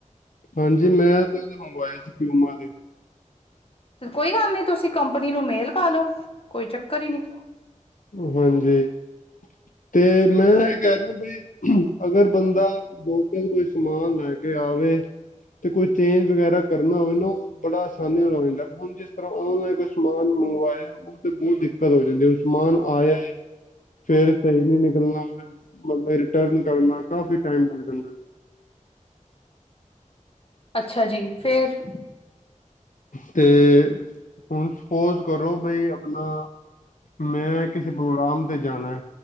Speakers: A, on the left; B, on the left.
A: ਹਾਂਜੀ ਮੈਂ ਤੇ ਉਹਦੇ ਮੰਗਵਾਏ ਸੀ ਫਿਊਮਾ ਦੇ।
B: ਕੋਈ ਗੱਲ ਨੀ, ਤੁਸੀਂ ਕੰਪਨੀ ਨੂੰ ਮੇਲ ਪਾਦੋ, ਕੋਈ ਚੱਕਰ ਹੀ ਨਹੀਂ।
A: ਹਾਂਜੀ। ਤੇ ਮੈਂ ਇਹ ਕਹਿ ਰਿਹਾ, ਬਈ ਅਗਰ ਬੰਦਾ ਲੋਕਲ ਕੋਈ ਸਮਾਨ ਲੈ ਕੇ ਆਵੇ, ਤੇ ਕੋਈ ਚੇਂਜ ਵਗੈਰਾ ਕਰਨਾ ਹੋਵੇ ਨਾ ਬੜਾ ਆਸਾਨੀ ਨਾਲ ਹੋ ਜਾਂਦਾ, ਹੁਣ ਜਿਸ ਤਰ੍ਹਾਂ ਓਨਲਾਈਨ ਕੋਈ ਸਮਾਨ ਮੰਗਵਾਏ, ਉਹ ਤੇ ਬਹੁਤ ਦਿੱਕਤ ਹੋ ਜਾਂਦੀ। ਸਮਾਨ ਆਇਆ ਹੈ। ਫੇਰ ਸਹੀ ਨੀ ਨਿਕਲਣਾ ਫ ਮਤਲਬ ਰਿਟਰਨ ਕਰਨਾ ਕਾਫੀ ਟਮ ਲੱਗ ਜਾਂਦਾ।
B: ਅੱਛਾ ਜੀ ਫੇਰ
A: ਤੇ ਹੁਣ ਸਪੋਜ ਕਰੋ ਬਈ ਆਪਣਾ ਮੈਂ ਕਿਸੇ ਪ੍ਰੋਗਰਾਮ ਤੇ ਜਾਣੈ